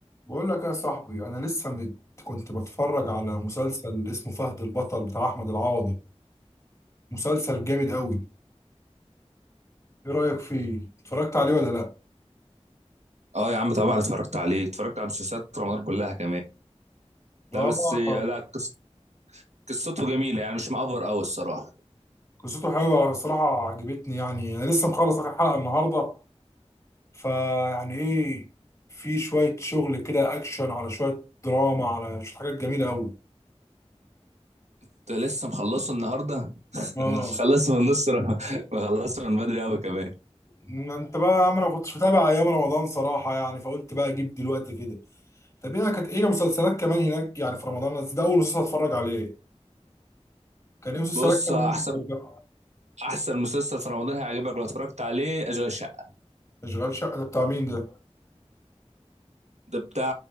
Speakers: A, on the left; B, on the right.
A: بقول لك يا صاحبي انا لسه مت... كنت بتفرج على مسلسل اسمه فهد البطل بتاع احمد العوضي مسلسل جامد قوي ايه رايك فيه اتفرجت عليه ولا لا
B: اه يا عم طبعا اتفرجت عليه اتفرجت على مسلسلات رمضان كلها كمان
A: اه
B: لا بس لا قص- قصته جميله يعني مش مأفر قوي الصراحه
A: قصته حلوه صراحه عجبتني يعني انا لسه مخلص اخر حلقه النهارده فيعني ايه في شويه شغل كده اكشن على شويه دراما على شويه حاجات جميله قوي
B: كنت لسه مخلصه النهارده <laughs>
A: اه
B: مخلصه من نص رم- مخلصه من بدري قوي كمان
A: ما انت بقى يا عم انا ما كنتش متابع ايام رمضان صراحه يعني فقلت بقى اجيب دلوقتي كده طب ايه كانت ايه مسلسلات كمان هناك يعني في رمضان بس ده اول مسلسل اتفرج عليه كان ايه مسلسلات
B: بص
A: كمان
B: احسن
A: بتتفرج؟
B: احسن مسلسل في رمضان هيعجبك لو اتفرجت عليه اشغال شقه
A: اشغال شقه ده بتاع مين ده
B: ده بتاع